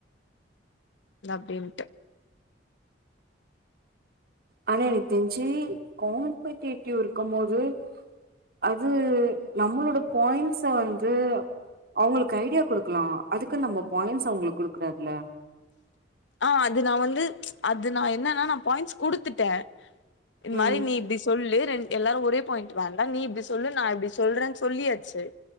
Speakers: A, on the left; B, on the right.
A: அப்டின்டு
B: ஆனா எனக்கு தெரிஞ்சு காம்படேட்டிவ் இருக்கம் போது அது நம்மளோட பாயிண்ட்ஸ வந்து அவுங்களுக்கு ஐடியா குடுக்கலா அதுக்கு நம்ம பாயிண்ட்ஸ அவுங்களுக் குடுக்க கூடாதுல
A: ஆ அது நா வந்து அது நா என்னன்னா நா பாயிண்ட்ஸ் குடுத்துட்டேன் இந் மாரி
B: ம்
A: நீ இப்டி சொல்லு ரெண் எல்லாரு ஒரே பாயிண்ட் வேண்டா நீ இப்டி சொல்லு நா இப்டி சொல்றேன்னு சொல்லியாச்சு